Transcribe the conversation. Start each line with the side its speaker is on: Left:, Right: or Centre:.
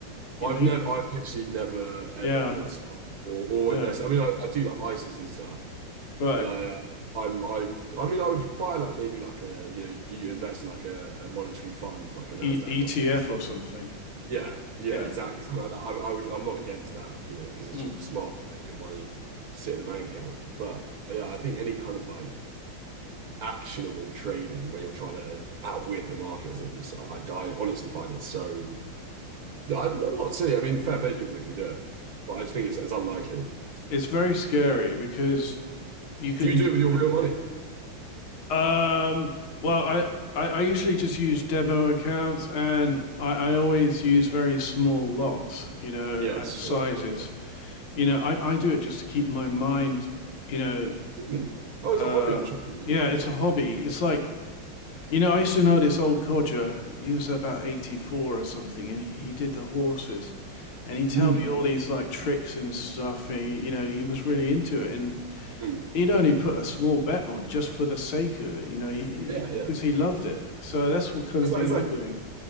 Left: You
Right: I've
Left: know. you-
Right: never, I've literally never ever
Left: Yeah.
Right: bought stock or
Left: Oh,
Right: or invested. I mean, I, I do like ISAs and stuff,
Left: right.
Right: but I, uh, I'm, I, I mean, I would buy like maybe like a, you know, you invest in like a, a monetary fund, like a Nasdaq
Left: E E
Right: or
Left: T
Right: a, FTSE.
Left: F or something.
Right: yeah, yeah,
Left: Yeah.
Right: exactly, something like that. I, I would, I'm not against that, you know, because it's
Left: Mm.
Right: just smart letting your money sit in a bank account. But yeah, I think any kind of like actionable trading where you're trying to outwit the market or something, is- I, I honestly find it so I, no, not silly. I mean, fair play to people that can do it, but I just think it's, it's unlikely.
Left: It's very scary because you can
Right: Do you do it with your real money?
Left: Um, well, I, I, I usually just use demo accounts and I, I always use very small lots, you know,
Right: Yes,
Left: uh,
Right: sure,
Left: sizes.
Right: sure, sure.
Left: You know, I, I do it just to keep my mind, you know,
Right: Hmm. Oh, it's
Left: uh,
Right: a hobby. I'm sure it's realistic.
Left: yeah, it's
Right: Yeah.
Left: a hobby. It's like, you know, I used to know this old codger. He was about 84 or something and he, he did the horses. And he tell
Right: Mm,
Left: me all these like tricks and stuff. And he, you know, he was really into it. And
Right: mm.
Left: he'd only put a small bet on just for the sake of it, you know, he
Right: Yeah, yeah.
Left: because he loved it. So that's what kind
Right: It's
Left: of thing
Right: like, it's
Left: I'm
Right: like,
Left: doing.